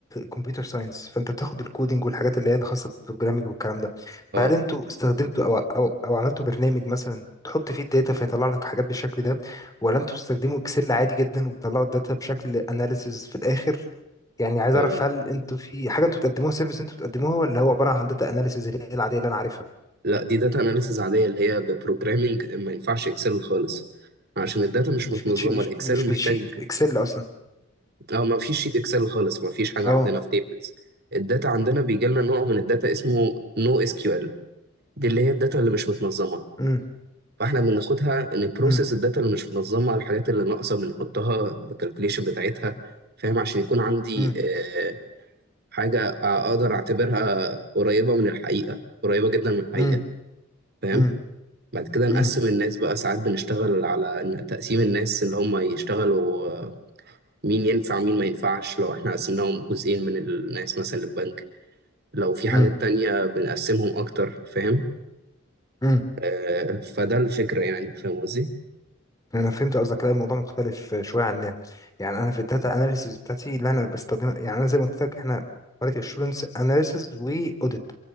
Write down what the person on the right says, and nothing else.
اه
آه،
لا دي داتا اناليسيز عادية اللي هي ببروجرامينج ما ينفعش اكسل خالص عشان الداتا مش
متنظمة
الاكسل
محتاج
اه ما فيش شيت اكسل خالص ما فيش حاجة
عندنا في تيبلز الداتا عندنا بيجي لنا نوع من الداتا اسمه نو اس كيو ال دي اللي هي الداتا اللي مش متنظمة
فاحنا بناخدها نبروسيس
الداتا اللي مش منظمه على الحاجات اللي ناقصه بنحطها بالكالكوليشن بتاعتها فاهم عشان يكون عندي
آه، حاجه اقدر اعتبرها قريبه من الحقيقه قريبه جدا من الحقيقه
فاهم
بعد كده نقسم
الناس بقى ساعات بنشتغل على إن- تقسيم الناس اللي هم يشتغلوا آه، مين ينفع مين ما ينفعش لو احنا قسمناهم جزئين من الناس مثلا للبنك لو في حاجات
تانية بنقسمهم اكتر فاهم
آه، فده الفكرة يعني فاهم قصدي؟